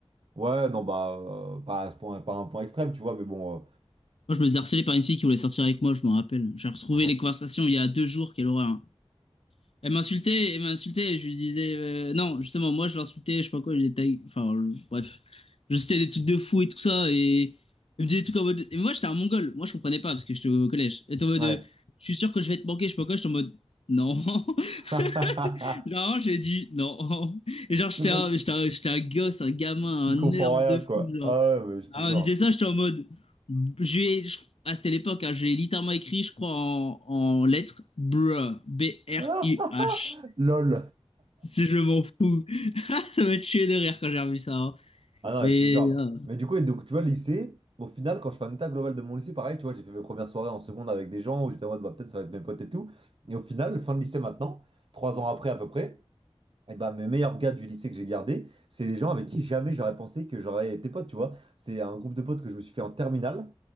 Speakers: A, on the right (about 60°); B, on the left (about 70°).
A: ouais, non, bah, euh, pas à ce point, pas à un point extrême, tu vois, mais bon, euh,
B: Moi, je me faisais harceler par une fille qui voulait sortir avec moi, je m'en rappelle. J'ai retrouvé
A: oh,
B: les conversations il y a deux jours, quelle horreur. hein. Elle m'insultait, elle m'insultait, je lui disais euh, non, justement, moi je l'insultais, je sais pas quoi, je disais ta gueule, enfin je- bref, je citais des trucs de fou et tout ça, et elle me disait des trucs en mode. Et moi j'étais un mongol, moi je comprenais pas parce que j'étais au collège. Elle était en mode,
A: ouais.
B: euh, je suis sûr que je vais te manquer, je sais pas quoi, j'étais en mode non, <laughs>
A: <laughs>
B: genre j'ai dit non, <laughs> et genre j'étais
A: Le mec.
B: un, j'étais un, j'étais un gosse, un gamin,
A: Qui
B: un
A: comprend
B: nerd
A: rien,
B: de
A: quoi.
B: fou, genre.
A: Ah ouais, mais je te
B: Alors,
A: jure.
B: elle me disait ça, j'étais en mode, je lui ai- je- ah c'était l'époque, hein, je l'ai littéralement écrit, je crois en, en lettres, bruh, B-R-U-H.
A: Ah, lol.
B: Si je m'en fous. <laughs> Ça m'a tué de rire quand j'ai revu ça. hein.
A: Ah non,
B: Mais
A: je te jure.
B: ah,
A: Mais du coup, et donc, tu vois, lycée, au final, quand je fais un état global de mon lycée, pareil, tu vois, j'ai fait mes premières soirées en seconde avec des gens où j'étais en mode, bah, peut-être ça va être mes potes et tout. Et au final, fin de lycée maintenant, trois ans après à peu près, et bah, mes meilleurs gars du lycée que j'ai gardé, c'est des gens avec qui jamais j'aurais pensé que j'aurais été pote, tu vois. C'est un groupe de potes que je me suis fait en terminale.